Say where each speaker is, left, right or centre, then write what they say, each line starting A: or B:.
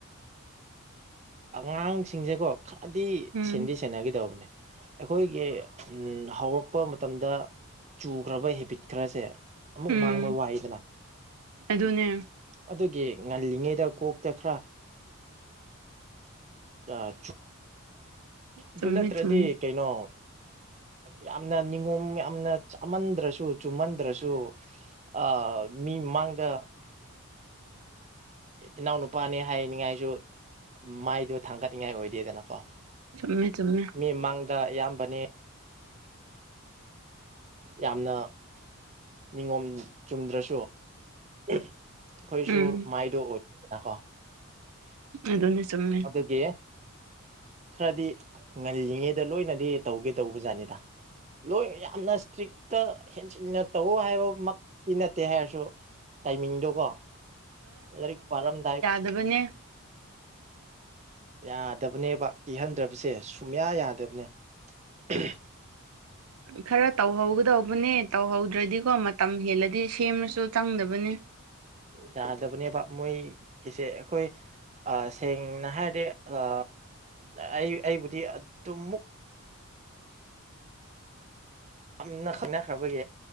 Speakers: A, on the right; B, on the right.
A: ꯑꯝ ꯑꯉꯥꯡꯁꯤꯡꯁꯦꯀꯣ ꯈꯔꯗꯤ
B: ꯎꯝ
A: ꯁꯦꯟꯗꯤ ꯁꯦꯟꯅꯒꯗꯧꯕꯅꯦ ꯑꯩꯈꯣꯏꯒꯤ ꯍꯧꯔꯛꯄ ꯃꯇꯝꯗ ꯆꯨꯈ꯭ꯔꯕ ꯍꯦꯕꯤꯠ ꯈꯔꯁꯦ ꯑꯃꯨꯛ
B: ꯎꯝ
A: ꯃꯥꯡꯕ ꯋꯥꯏꯗꯅ
B: ꯑꯗꯨꯅꯦ
A: ꯑꯗꯨꯒꯤ ꯉꯜꯂꯤꯉꯩꯗ ꯀꯣꯛ ꯇ ꯈꯔꯥ ꯑ ꯆꯨ ꯑꯗꯨ
B: ꯆꯨꯝꯃꯦ
A: ꯅꯠꯇ꯭ꯔꯗꯤ
B: ꯆꯨꯝꯃꯦ
A: ꯀꯩꯅꯣ ꯌꯥꯝꯅ ꯅꯤꯉꯣꯝ ꯌꯥꯝꯅ ꯆꯥꯃꯟꯗ꯭ꯔꯁꯨ ꯆꯨꯝꯃꯟꯗ꯭ꯔꯁꯨ ꯑ ꯃꯤ ꯃꯃꯥꯡꯗ ꯏꯅꯥꯎꯅꯨꯄꯥꯅꯦ ꯍꯥꯏꯅꯤꯡꯉꯥꯏꯁꯨ ꯃꯥꯏꯗꯣ ꯊꯥꯡꯒꯠꯅꯤꯡꯉꯥꯏ ꯑꯣꯏꯗꯦꯗꯅꯀꯣ
B: ꯆꯨꯝꯃꯦ ꯆꯨꯝꯃꯦ
A: ꯃꯤ ꯃꯥꯡꯗ ꯏꯌꯥꯝꯕꯅꯦ ꯌꯥꯝꯅ ꯅꯤꯉꯣꯝ ꯆꯨꯝꯗ꯭ꯔꯁꯨ ꯑꯩꯈꯣꯏꯁꯨ
B: ꯎꯝ
A: ꯃꯥꯏꯗꯣ ꯑꯣꯏꯗꯅꯀꯣ
B: ꯑꯗꯨꯅꯦ ꯆꯨꯝꯃꯦ
A: ꯑꯗꯨꯒꯤ ꯈꯔꯗꯤ ꯉꯜꯂꯤꯉꯩꯗ ꯂꯣꯏꯅꯗꯤ ꯇꯧꯒꯦ ꯇꯧꯕꯖꯥꯠꯅꯤꯗ ꯂꯣꯏ ꯌꯥꯝꯅ ꯏꯁꯇ꯭ꯔꯤꯛꯇ ꯍꯦꯟꯖꯤꯟꯅ ꯇꯧꯋꯣ ꯍꯥꯏꯕ ꯃꯛꯇꯤ ꯅꯠꯇꯦ ꯍꯥꯏꯔꯁꯨ ꯇꯥꯏꯃꯤꯡꯗꯣꯀꯣ ꯂꯥꯏꯔꯤꯛ ꯄꯥꯔꯝꯗꯥꯏ
B: ꯗꯕꯅꯦ
A: ꯌꯥꯗꯕꯅꯦꯕ ꯏꯍꯟꯗ꯭ꯔꯕꯁꯦ ꯁꯨꯝꯌꯥ ꯌꯥꯗꯕꯅꯦ <unintelligible>
B: ꯈꯔ ꯇꯧꯍꯧꯒꯗꯧꯕꯅꯦ ꯇꯧꯍꯧꯗ꯭ꯔꯗꯤꯀꯣ ꯃꯇꯝ ꯍꯦꯜꯂꯗꯤ ꯁꯦꯝꯃꯁꯨ ꯆꯪꯗꯕꯅꯦ
A: ꯌꯥꯗꯕꯅꯦꯕ ꯃꯣꯏ ꯀꯤꯁꯦ ꯑꯩꯈꯣꯏ ꯁꯦꯡꯅ ꯍꯥꯏꯔꯦ ꯑ ꯑꯩ ꯑꯩꯕꯨꯗꯤ ꯑꯗꯨꯃꯨꯛ ꯌꯥꯝꯅ ꯈꯪꯅꯈ꯭ꯔꯕꯒꯤ